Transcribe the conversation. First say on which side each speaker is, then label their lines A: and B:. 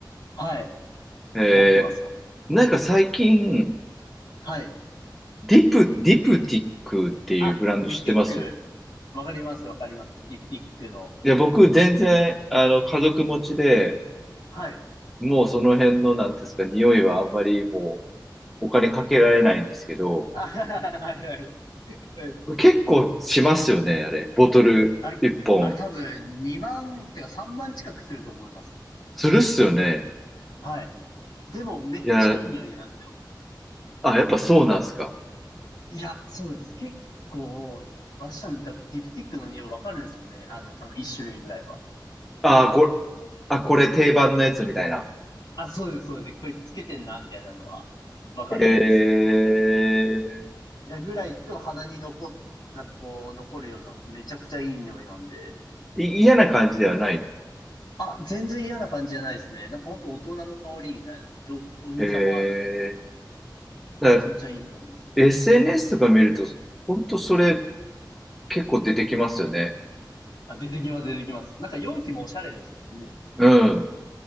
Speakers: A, on the left; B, in the centre.
A: はい。
B: えー
A: 持ってますもん。
B: なんか最近、
A: はい。
B: ディプ、ディプティックっていうブランド知ってます
A: あ、ディプティック。わかります、わかります。ディプティックの。
B: いや、僕全然、あの、家族持ちで、
A: はい。
B: もうその辺の、なんていうんですか、匂いはあんまりもうお金かけられないんですけど、
A: あ、はいはいはい。
B: 結構しますよね、あれ。ボトル一本。
A: あれ、あれ多分2万、てか3万近くすると思います。
B: するっすよね。
A: はい。でもめっちゃいい匂いなんですよ。
B: いや、あ、やっぱそうなんすか。
A: いや、そうです。結構、私多分ディプティックの匂いわかるんですよね。あの、多分1種類ぐらいは。
B: あ、これ、あ、これ定番のやつみたいな。
A: あ、そうです、そうです。これつけてんな、みたいなのはわかるんですよ。
B: え
A: いや、ぐらいと鼻に残っ、なんかこう、残るような、めちゃくちゃいい匂いなんで。
B: ー、い嫌な感じではない。
A: あ、全然嫌な感じじゃないですね。なんかほんと大人の香りみたいな、上品さもある。
B: えー、だから
A: めちゃめちゃいい香りです。
B: SNS とか見ると、ほんとそれ結構出てきますよね。
A: あ、出てきます、出てきます。なんか容器もおしゃれですね。
B: うん。